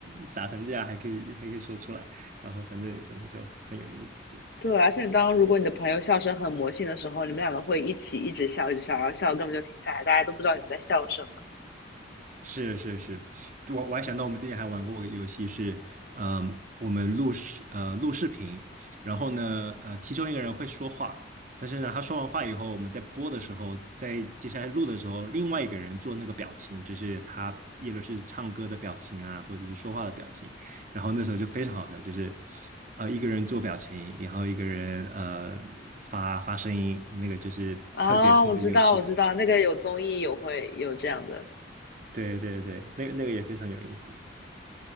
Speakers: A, on the right; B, on the left.
A: 傻成这样还可以还可以说出来，然后反正反正就很有意思，对。
B: 对，而且当如果你的朋友笑声很魔性的时候，你们两个会一起一直笑，一直笑，然后笑根本就停不下来，大家都不知道你们在笑什么。
A: 是是是，我我还想到我们之前还玩过个游戏是，嗯，我们录视呃录视频，然后呢，呃，其中一个人会说话，但是呢，他说完话以后，我们在播的时候，在接下来录的时候，另外一个人做那个表情，就是他也就是唱歌的表情啊，或者是说话的表情，然后那时候就非常好笑，就是啊一个人做表情，然后一个人呃发发声音，那个就是特别特别有趣的，
B: 啊，我知道，我知道，那个有综艺有会有这样的。
A: 对对对，那个那个也非常有意思，